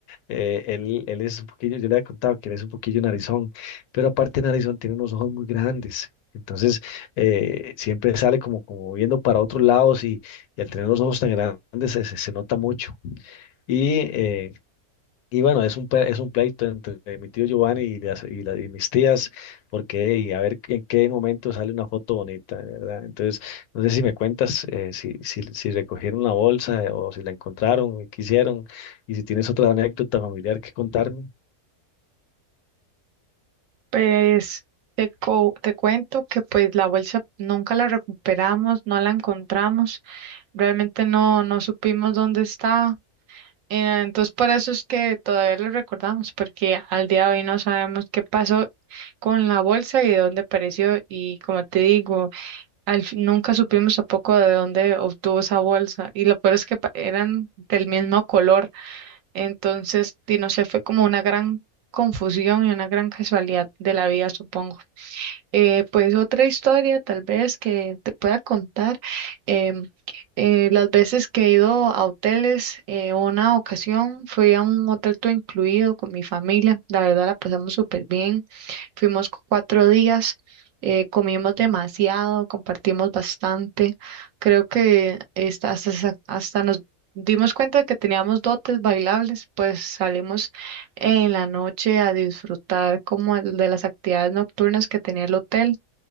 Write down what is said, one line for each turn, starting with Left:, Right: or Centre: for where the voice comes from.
Left: eh, él, él es un poquillo, yo le había contado que él es un poquillo narizón, pero aparte de narizón tiene unos ojos muy grandes. Entonces, eh, siempre sale como, como viendo para otros lados y, y al tener los ojos tan grandes se, se- se nota mucho. Y eh, y bueno, es un, pe- es un pleito entre mi tío Giovanni y, las, y, la- y mis tías, porque y a ver en qué momento sale una foto bonita, ¿verdad? Entonces, no sé si me cuentas eh, si, si, si recogieron la bolsa eh, o si la encontraron y qué hicieron, y si tienes otra anécdota familiar que contarme.
Right: Pues te, co- te cuento que pues la bolsa nunca la recuperamos, no la encontramos, realmente no, no supimos dónde estaba. Eh, entonces, por eso es que todavía lo recordamos, porque al día de hoy no sabemos qué pasó con la bolsa y de dónde apareció. Y como te digo, al fin- nunca supimos tampoco de dónde obtuvo esa bolsa. Y lo peor es que pa- eran del mismo color. Entonces, y no sé, fue como una gran confusión y una gran casualidad de la vida, supongo. Eh, pues otra historia tal vez que te pueda contar. em, eh, las veces que he ido a hoteles, eh, una ocasión fui a un hotel todo incluido con mi familia. La verdad la pasamos súper bien. Fuimos cu- cuatro días, eh, comimos demasiado, compartimos bastante. Creo que esta- hasta, sa- hasta nos dimos cuenta de que teníamos dotes bailables, pues salimos en la noche a disfrutar como el de las actividades nocturnas que tenía el hotel.